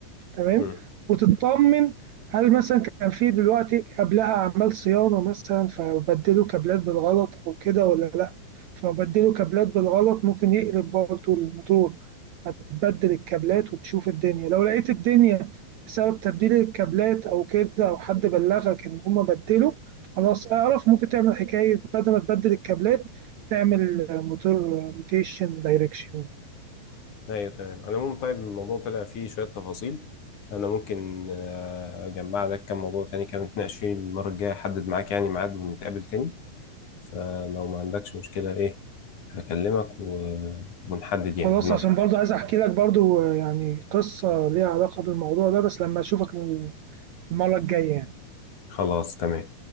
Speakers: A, on the right; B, on the left.
A: تمام
B: مم.
A: وتطمن هل مثلا كان في دلوقتي قبلها اعمال صيانه مثلا فبدلوا كابلات بالغلط او كده ولا لا فبدلوا كابلات بالغلط ممكن يقلب برضه الموتور هتبدل الكابلات وتشوف الدنيا لو لقيت الدنيا بسبب تبديل الكابلات او كده او حد بلغك ان هما بدلوا خلاص اعرف ممكن تعمل حكايه بدل ما تبدل الكابلات تعمل موتور روتيشن دايركشن
B: ايوه تمام على العموم طيب الموضوع طلع فيه شوية تفاصيل انا ممكن آه، اجمع لك كم موضوع تاني كده نتناقش فيه المرة الجاية احدد معاك يعني ميعاد ونتقابل تاني فلو ما عندكش مشكلة ايه هكلمك و... ونحدد
A: خلاص
B: يعني نقعد
A: عشان برضو عايز احكي لك برضو آه، يعني قصة ليها علاقة بالموضوع ده بس لما اشوفك المرة الجاية يعني
B: خلاص تمام